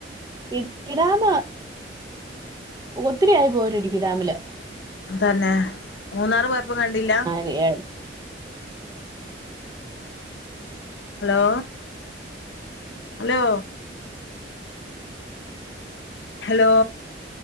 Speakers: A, on the right; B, on the left.
A: ഇടുക്കി ഡാമ ഒത്തിരിയായി പോയിട്ട് ഇടുക്കി ഡാമില്.
B: തന്നെ മൂന്നാറ് പോയപ്പോ കണ്ടില്ല?
A: ശരിയ.
B: ഹലോ. ഹലോ. ഹലോ